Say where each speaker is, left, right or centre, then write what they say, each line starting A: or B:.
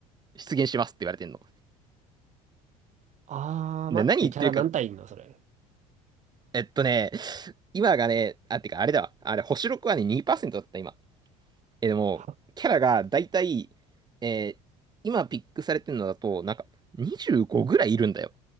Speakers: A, on the right (about 25°); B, on the right (about 50°).
A: 出現しますって言われてんの。
B: ああ、
A: で、
B: 待って、
A: 何言ってるか、
B: キャラ何体いんのそれ。
A: えっとね、今がね、あ、てかあれだわ。あれ、星6はね、2%だった今。え、でも、
B: は
A: キャラがだいたい、えー今ピックされてるのだと、なんか25ぐらいいるんだよ。